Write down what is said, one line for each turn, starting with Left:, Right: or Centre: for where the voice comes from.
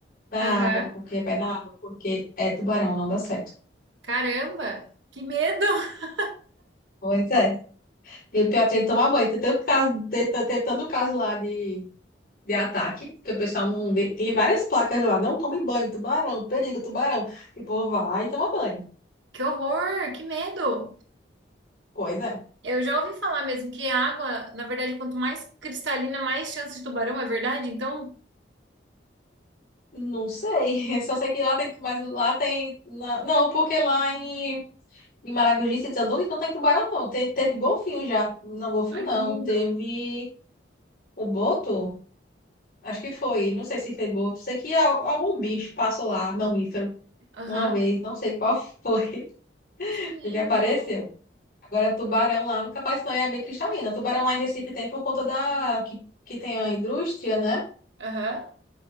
Left: na
Right: Aham.
Left: água, porque é pé na água, porque é tubarão, não dá certo.
Right: Caramba, que medo! <laughs>
Left: Pois é. E o pior tem que tomar banho. Tem tanto caso, tem- tem- teve tanto caso lá de, de ataque, que o pessoal não. vê- Tem várias placas lá, não tome banho, tubarão, perigo, tubarão. E o povo vai e toma banho.
Right: Que horror, que medo!
Left: Pois é.
Right: Eu já ouvi falar mesmo que a água, na verdade, quanto mais cristalina, mais chance de tubarão, é verdade? Então,
Left: Não sei, <laughs> só sei que lá tem, mas lá tem, na- não, porque lá em, em Maragogi, se desandou, então tem tubarão não, Te- teve golfinho já, não, golfinho
Right: ai,
Left: não,
Right: que lindo.
Left: teve o boto, acho que foi, não sei se foi boto, sei que al- algum bicho passou lá, mamífero,
Right: Aham.
Left: uma vez, não sei qual foi, <laughs>
Right: Que lindo.
Left: que apareceu. Agora tubarão lá nunca aparece não, e é bem cristalina, tubarão lá em Recife tem por conta da, que, que tem a indústria, né?
Right: Aham.